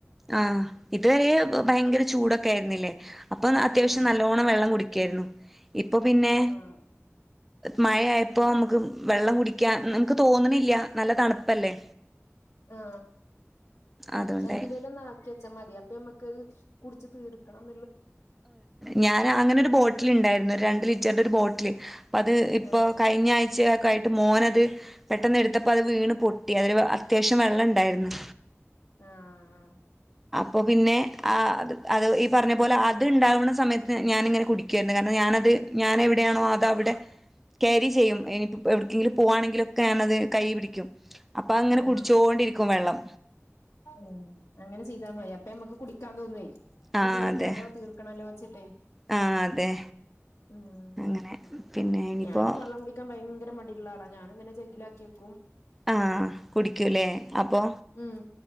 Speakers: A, in the centre; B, on the left.
A: ആ ഇതുവരെ ഭയങ്കര ചൂടാ. കെ യിരിനില്ലേ അത്യാവശ്യം
B: ആഹ്
A: നല്ലോണം വെള്ളം കുടിക്കരുന്നു. ഇപ്പൊ പിന്നെ
B: ആഹ്
A: മഴയായപ്പോ നമുക്ക് വെള്ളം കുടിക്കാൻ നമുക്ക് തോന്നണില്ല. നല്ല തണുപ്പല്ലേ
B: ആ കുടിചെങ്കിലും
A: അതുകൊണ്ടായി
B: ലേലും ഒന്നാക്കി ച്ച മതി അപ്പൊ ഞമ്മക്ക്ത് കുടിച്ചിതീ ർക്കണം
A: ഞാൻ അങ്ങനെ ഒരു ബോട്ടിൽ ഇണ്ടായിരുന്നു രണ്ട് ലിറ്ററിന്റെ ഒരു ബോട്ടിൽ അപ്പ അത് ഇപ്പ
B: ആഹ്
A: ക കഴഞ്ഞാഴ്ചയക്കായിട്ട് മോന അത് പെട്ടെന്ന് എടുത്തപ്പോ അത് വീണ് പൊട്ടി അതില് അത്യാവശ്യം വെള്ളം ഇണ്ടായിരുന്നു.
B: ആ ആ
A: അപ്പൊ പിന്നെ ആ അത് ഈ പറഞ്ഞ പോല അത് ഇണ്ടാവണ സമയത്ത് ഞാനിങ്ങനെ കുടിക്കായിരുന്നു. കാരണം ഞാനത് ഞാൻ എവിടെയാണോ അത അവിടെ ക്യാരി ചെയ്യും. ഇനിപ്പ എവിടെക്കെങ്കിലും പോവാണെങ്കിലൊക്കെ ഞനത് കൈ പിടിക്കും. അപ്പൊ അങ്ങനെ
B: ആഹ്
A: കുടിച്ചോണ്ടിരിക്കും. വെള്ളം
B: ഉം അങ്ങനെ ചെയ്താ മതി അപ്പ നമ്മക്ക് കുടിക്കാൻ തോന്നു ഇത്
A: ആ
B: തീർക്കണല്ലോ
A: അതെ
B: തീർക്കണല്ലോ ച്ചിട്ട്
A: ആ അതെ
B: ഉം
A: അങ്ങനെ പിന്നെ ഇനിയിപ്പോ
B: ഞാനും വള്ളം കുടിക്കാൻ ഭയങ്കര മടി ഉള്ളആളാ ഞാനും ങ്ങനെ ജെഗിലാക്കി വക്കും
A: ആ കുടിക്കൂല്ലേ അപ്പൊ
B: ഉം